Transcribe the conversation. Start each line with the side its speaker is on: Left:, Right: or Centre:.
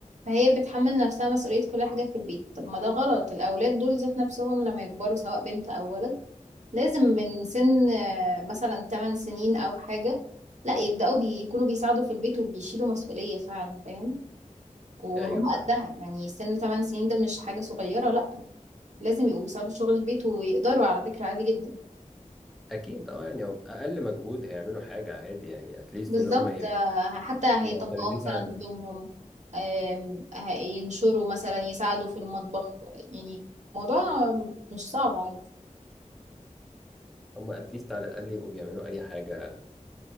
Right: فهي بتحمل نفسها مسؤوليه كل حاجه في البيت طب ما ده غلط الاولاد دول ذات نفسهم لما يكبروا سواء بنت او ولد لازم من سن آه، مثلا 8 سنين أو حاجة لا يبدأوا بيكونوا بيساعدوا في البيت وبيشيلوا مسؤولية فعلا فاهم وهم
Centre: ايوه
Right: قدها
Centre: فاهم
Right: يعني سن 8 سنين ده مش حاجة صغيرة لا لازم يبقوا بيساعدوا في شغل البيت ويقدروا على فكرة عادي جدا
Centre: اكيد اه يعني هو بأقل مجهود هيعملوا حاجة عادي يعني اتليست
Right: بالظبط
Centre: ان هم يبقوا
Right: آه، حتى هيطبقوا
Centre: معتمدين
Right: مثلا
Centre: على
Right: هدومهم
Centre: نفسهم
Right: آم، هينشروا مثلا يساعدوا في المطبخ يعني موضوع آم، مش صعب عادي
Centre: هم اتليست على الاقل يبقوا بيعملوا اي حاجة